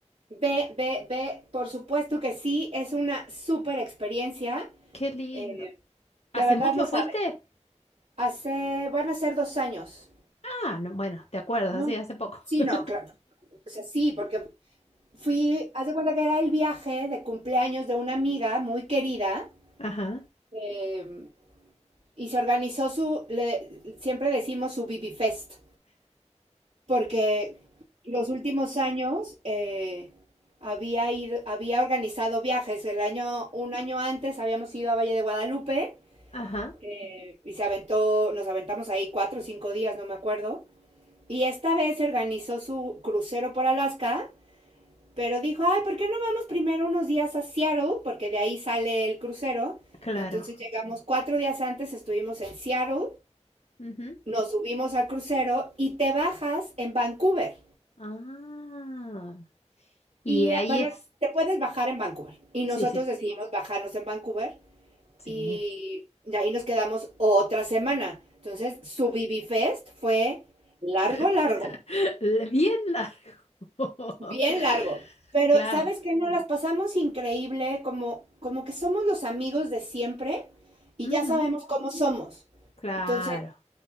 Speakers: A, on the right; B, on the left.
A: ve, ve, por supuesto que sí, es una súper experiencia.
B: Qué lindo.
A: eh,
B: ¿Hace
A: de verdad
B: mucho
A: no
B: fuiste?
A: sabes. Hace, van a ser dos años.
B: Ah, no, bueno, te acuerdas,
A: No,
B: sí, hace poco.
A: sí,
B: <laughs>
A: no, claro. O sea, sí, porque fui, haz de cuenta que era el viaje de cumpleaños de una amiga muy querida.
B: Ajá,
A: em, y se organizó su, le, siempre decimos su BB Fest, porque los últimos años eh, había, ido, había organizado viajes. El año, un año antes habíamos ido a Valle de Guadalupe
B: ajá,
A: eh, y se aventó, nos aventamos ahí cuatro o cinco días, no me acuerdo. Y esta vez se organizó su crucero por Alaska, pero dijo, ay, ¿por qué no vamos primero unos días a Seattle? Porque de ahí sale el crucero.
B: claro.
A: Y entonces llegamos cuatro días antes, estuvimos en Seattle
B: ujú.
A: nos subimos al crucero y te bajas en Vancouver.
B: Ah, y
A: Y
B: ahí
A: ah, bueno,
B: es.
A: te puedes bajar en Vancouver. Y
B: Sí,
A: nosotros
B: sí,
A: decidimos bajarnos en Vancouver
B: sí.
A: y de ahí nos quedamos otra semana. Entonces, su BB fue largo,
B: <laughs>
A: largo,
B: Le- Bien largo.
A: bien
B: <laughs>
A: largo. Pero,
B: Claro,
A: ¿sabes qué? Nos las pasamos increíble, como, como que somos los amigos de siempre y
B: ujú,
A: ya sabemos cómo somos.
B: Claro,
A: Entonces,